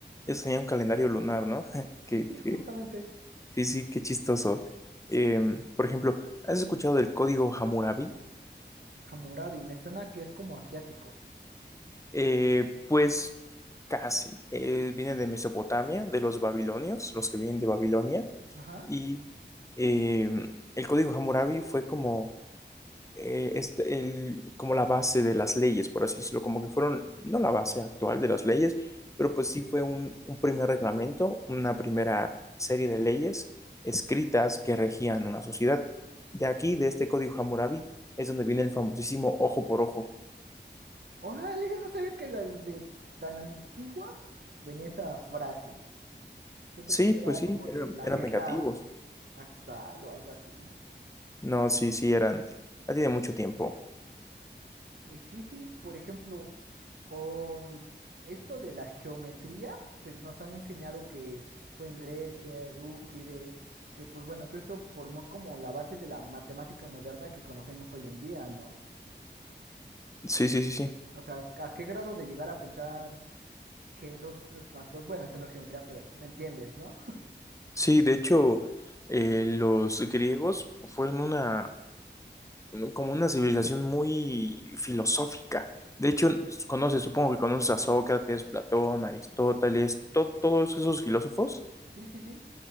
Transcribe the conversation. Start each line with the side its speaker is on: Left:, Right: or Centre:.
Left: Ellos tenían un calendario lunar, ¿no? <laughs> Que,
Right: Sí, sí,
Left: que,
Right: justamente.
Left: sí, sí, qué chistoso. Em, por ejemplo, ¿has escuchado del código Hammurabi?
Right: Hammurabi, me suena que es como asiático.
Left: Eh, pues casi. Eh, viene de Mesopotamia, de los babilonios, los que vienen de Babilonia.
Right: Ajá.
Left: Y eh, el código Hammurabi fue como, eh, este, el, como la base de las leyes, por así decirlo. Como que fueron, no la base actual de las leyes, pero pues sí fue un, un primer reglamento, una primera serie de leyes escritas que regían una sociedad. De aquí, de este código Hammurabi, es donde viene el famosísimo ojo por ojo.
Right: Órale, no sabía que desde tan antigua venía esa frase. Yo
Left: Sí,
Right: pensé que
Left: pues
Right: era
Left: sí,
Right: como
Left: eran,
Right: de la
Left: eran
Right: guerra
Left: vengativos.
Right: actual o algo así.
Left: No, sí, sí, eran. Ya tiene mucho tiempo.
Right: Y sí, sí, por ejemplo, um, esto de la geometría, pues nos han enseñado que fue en Grecia, Euclides, que pues bueno, todo esto formó como la base de la matemática moderna que conocemos hoy en día, ¿no?
Left: Sí, sí, sí, sí.
Right: O sea, ¿a qué grado de llegar a pensar? que 2 es más dos bueno, eso no es geometría, pero me entiendes, ¿no?
Left: Sí, de hecho, eh, los griegos fueron una, como una civilización muy filosófica. De hecho, conoces, supongo que conoces a Sócrates, Platón, Aristóteles, to- todos esos filósofos.
Right: Sí, sí, sí.